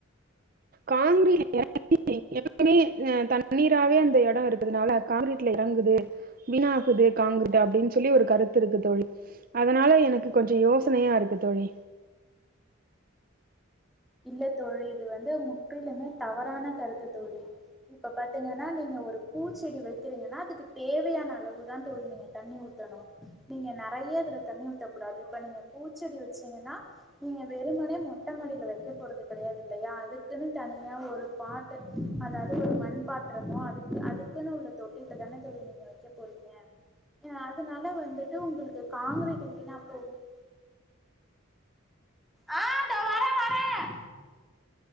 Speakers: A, on the right (about 40°); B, in the centre.
A: காங்கிரீட் எப்பமே தண்ணீரவே அந்த இடம் இருக்குதுனால காங்கிரீட்ல இறங்குது வீணாகுது காங்கிட்ட அப்டின்னு சொல்லி ஒரு கருத்து இருக்கு தோழி அதனால எனக்கு கொஞ்சம் யோசனையா இருக்கு தோழி
B: இல்ல தொழி இது வந்து முற்றிலுமே தவறான கருத்துத்து தோழி இப்ப பாத்தீங்கன்னா நீங்க ஒரு பூச்செடி வைக்கிறீங்கன்னா அதுக்கு தேவையான அளவுதான் தொழி நீங்க தண்ணி ஊத்தணும் நீங்க நிறைய அதுல தண்ணி ஊத்தக்கூடாது இப்ப நீங்க பூச்செடி வச்சீங்கன்னா நீங்க வெறும்மனே மொட்டமாடில வைக் விட்டுப் போறது கெடையாது இல்லையா அதுக்குன்னு தனியா ஒரு பாட்டு அதாவது ஒரு மண்பாத்திரமோ அதுக்கு அதுக்குன்னு உள்ள தொட்டில தான தோழி நீங்க வக்க போறீங்க அஹ் அதுனால வந்துட்டு உங்களுக்கு காங்கிரீட் வீணா போகும் ஆஹ் தோ வரேன் வரேன்